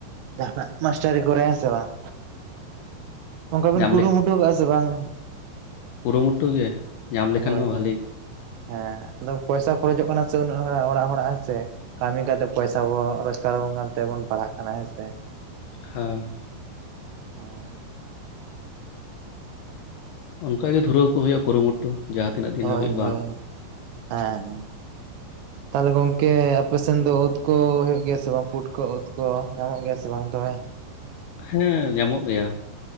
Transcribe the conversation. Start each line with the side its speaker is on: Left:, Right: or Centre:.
Right: ᱡᱟᱦᱟᱱᱟᱜ ᱢᱟᱥᱴᱟᱨᱤ ᱠᱚᱨᱮ ᱦᱮᱸ ᱥᱮ ᱵᱟᱝ ᱚᱱᱠᱟ ᱵᱤᱱ
Left: ᱧᱟᱢ
Right: ᱠᱩᱨᱩᱢᱩᱴᱩ
Left: ᱞᱮᱠᱷᱟᱱ
Right: ᱟᱠᱟᱫᱼᱟ ᱥᱮ ᱵᱟᱝ?
Left: ᱠᱩᱨᱩᱢᱩᱴᱩ ᱜᱮ ᱧᱟᱢ ᱞᱮᱠᱷᱟᱱ
Right: ᱦᱳᱭ
Left: ᱢᱟ ᱵᱷᱟᱞᱤ
Right: ᱦᱳᱭ ᱦᱮᱸ ᱟᱫᱚ ᱯᱚᱭᱥᱟ ᱠᱷᱚᱨᱚᱪᱚᱜ ᱠᱟᱱᱟ ᱥᱮ ᱩᱱᱟᱹᱜ ᱦᱚᱲᱟᱜ ᱚᱲᱟᱜ ᱦᱚᱲᱟᱜ ᱦᱮᱸᱥᱮ ᱠᱟᱹᱢᱤ ᱠᱟᱛᱮᱜ ᱯᱚᱭᱥᱟ ᱵᱚᱱ ᱨᱳᱡᱽᱜᱟᱨᱵᱚᱱ ᱠᱟᱱ ᱛᱮᱵᱚᱱ ᱯᱟᱲᱦᱟᱜ ᱠᱟᱱᱟ ᱦᱮᱸᱥᱮ
Left: ᱦᱮᱸ
Right: ᱦᱮᱸ
Left: ᱚᱱᱠᱟᱜᱮ ᱫᱷᱩᱨᱟᱹᱣ ᱠᱚ ᱦᱩᱭᱩᱜᱼᱟ ᱠᱩᱨᱩᱢᱩᱴᱩ ᱡᱟᱦᱟᱸ ᱛᱤᱱᱟᱹᱜ ᱫᱤᱱ
Right: ᱦᱳᱭ
Left: ᱦᱟᱹᱵᱤᱡ ᱵᱟᱝ
Right: ᱦᱳᱭ ᱦᱮᱸ ᱦᱮ ᱛᱟᱦᱚᱞᱮ ᱜᱚᱝ ᱠᱮ ᱟᱞᱮᱥᱮᱱ ᱫᱚ ᱩᱫᱽ ᱠᱚ ᱦᱩᱭᱩᱜ ᱜᱮᱭᱟ ᱥᱮ ᱵᱟᱝ ᱯᱩᱴᱠᱟ ᱩᱫᱽ ᱠᱚ ᱧᱟᱢᱚᱜ ᱜᱮᱭᱟ ᱥᱮ ᱵᱟᱝ ᱛᱚᱵᱮ
Left: ᱦᱮᱸ ᱧᱟᱢᱚᱜ ᱜᱮᱭᱟ᱾